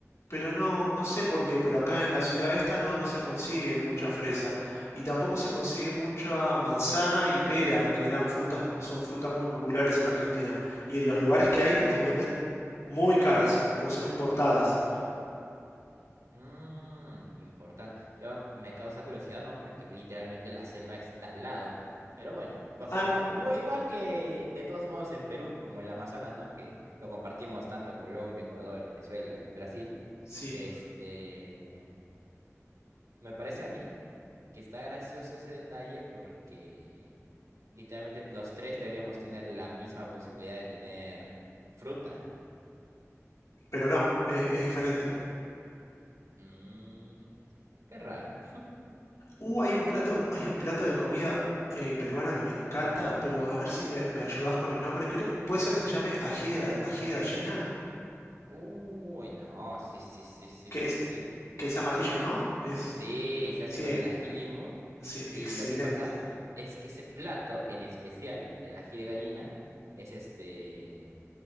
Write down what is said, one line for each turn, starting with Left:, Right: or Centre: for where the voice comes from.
Left: Pero no, no sé por qué, pero acá en la ciudad esta no, no se consigue mucha fresa. Y tampoco se consigue mucha manzana y pera, que eran frutas, son frutas muy populares en Argentina. Y en los lugares que hay las venden muy caras, porque son importadas.
Right: Mmm, importa. Yo me causa curiosidad, ¿no? Porque literalmente la selva está al lado. Pero bueno, cosas,
Left: Ah, no,
Right: ¿no? Igua- Igual, que de todos modos en Perú, como el Amazonas, ¿no? Que lo compartimos tanto Colombia, Ecuador, Venezuela y Brasil.
Left: sí,
Right: Este, me parece a mí que está gracioso ese detalle porque literalmente los tres deberíamos tener la misma posibilidad de tener fruta.
Left: pero no, eh, es diferente.
Right: Mmm, qué raro.
Left: Uh, hay un plato, hay un plato de comida eh, peruana que me encanta, pero a ver si me, me ayudás con el nombre. Creo que puede ser que se llame ají de, ga- ají de gallina,
Right: Uy, no, sí, sí, sí, sí,
Left: que
Right: sí,
Left: es,
Right: sí.
Left: que es amarillo, ¿no? Es,
Right: Sí, se hace
Left: sí,
Right: con el ají limo
Left: Sí,
Right: y
Left: excelente.
Right: lo que pasa es que ese plato en especial del ají de gallina es este